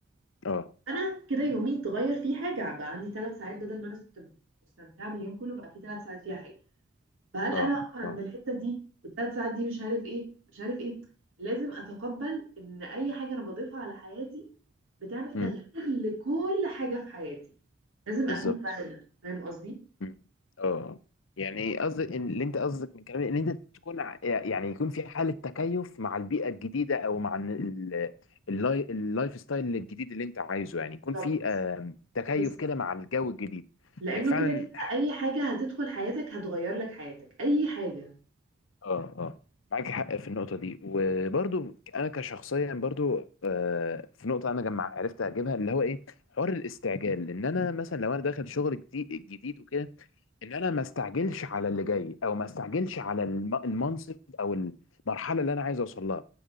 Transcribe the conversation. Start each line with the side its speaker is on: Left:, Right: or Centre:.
Left: أه
Right: انا كده يومي اتغير فيه حاجة بقى عندي ثلاث ساعات بدل ما انا كنت مستمتعة باليوم كله بقى في ثلاث ساعات فيها حاجة فهل
Left: أه
Right: انا اقف عند
Left: أه
Right: الحته دي والثلاث ساعات دي مش عارف ايه مش عارف ايه لازم اتقبل ان اي حاجه انا بضيفها على حياتي بتعمل
Left: مم.
Right: تغيير لكل حاجه في حياتي لازم
Left: بالظبط
Right: اكون فاهمه فاهم قصدي
Left: مم. اه يعني قصدك إن- اللي انت قصدك من كلامي ان انت تكون ع- يعني يكون في حاله تكيف مع البيئه الجديده او مع إن ال- اللاي- اللايف ستايل الجديد اللي انت عايزه يعني يكون
Right: بالظبط
Left: في آم، تكيف
Right: بالظبط
Left: كده مع الجو الجديد
Right: لانه
Left: هي فعلا
Right: كده كده اي حاجه هتدخل حياتك هتغير لك حياتك اي حاجه
Left: اه اه معاك حق في النقطة دي وبرضو أنا كشخصيا برضو آه، في نقطة أنا جمع عرفت أجيبها اللي هو إيه حوار الاستعجال إن أنا مثلا لو أنا داخل شغل جديد جديد وكده ان انا ما استعجلش على اللي جاي او ما استعجلش على الم- المنصب او المرحله اللي انا عايز اوصل لها